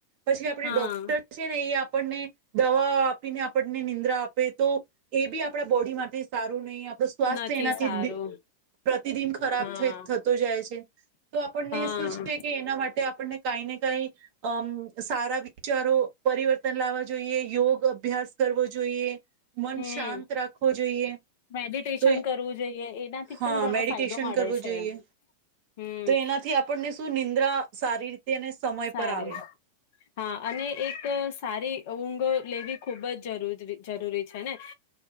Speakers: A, on the right; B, on the left.
A: પછી આપણી
B: હા
A: ડોક્ટર છે ને એ આપણને દવા આપીને આપણને નિંદ્રા આપે તો એ બી આપણા બોડીમાંથી સારું નહી તો સ્વાસ્થ્ય
B: નથી
A: એનાથી
B: સારું
A: પ્રતિદિન ખરાબ
B: હા
A: થ થતો જાય છે તો આપણને
B: હા
A: શું છે કે એના માટે આપણને કઈ ને કઈ અમ સારા વિચારો પરિવર્તન લાવવા જોઈએ યોગ અભ્યાસ કરવો જોઈએ. મન
B: હમ
A: શાંત રાખવો જોઈએ
B: મેડિટેશન
A: તો
B: કરવું જોઈએ. એનાથી
A: હા
B: પણ ઘણો
A: મેડિટેશન
B: ફાયદો મળે
A: કરવું
B: છે
A: જોઈએ
B: હમ
A: તો એનાથી આપને શું નિંદ્રા સારી રીતે અને સમય
B: સાર
A: પર આવે
B: હા અને એક સારી ઊંઘો લેવી ખૂબ જ જરૂ જરૂરી છે ને